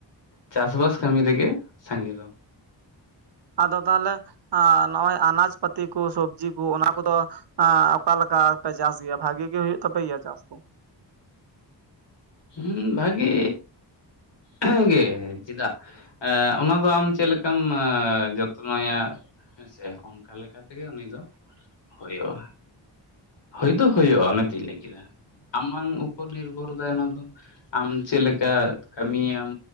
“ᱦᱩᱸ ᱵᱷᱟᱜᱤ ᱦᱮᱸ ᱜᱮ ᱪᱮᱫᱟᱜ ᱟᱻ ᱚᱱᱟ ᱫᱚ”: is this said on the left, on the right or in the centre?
Left